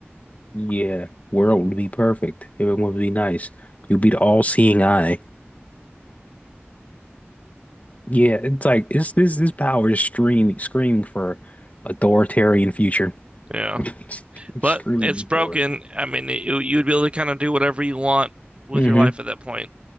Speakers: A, on the left (about 35°); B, on the right (about 25°).
A: Yeah, world would be perfect. Everyone would be nice. You'd be the all-seeing eye. Yeah, it's like it's this this power is screaming screaming for authoritarian future.
B: Yeah,
A: <laughs> It's
B: but
A: Screaming
B: it's broken.
A: for it.
B: I mean, you you'd be able to kind of do whatever you want with
A: Mm-hmm.
B: your life at that point.